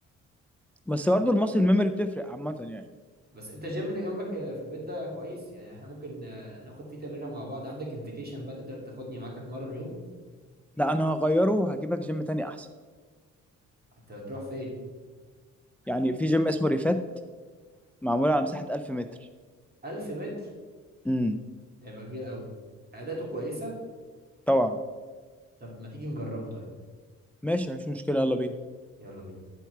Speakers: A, in the centre; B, on the right.
A: بس برضه الماسل ميموري بتفرق عامه يعني
B: بس انت الجيم اللي جنبك في البيت ده كويس يعني احنا ممكن آه، ناخد فيه تمرينه مع بعض عندك انفيتيشن بقى تقدر تاخدني معاك اتمرن يوم
A: لا انا هغيره وهجيبك جيم تاني احسن
B: هتروح فين
A: يعني في جيم اسمه ريفات معمول على مساحه 1000 متر
B: 1000 متر
A: امم
B: ده هيبقى كبير قوي اداته كويسه
A: طبعا
B: طب ما تيجي نجربه طيب
A: ماشي مفيش مشكله يلا بينا
B: يلا بينا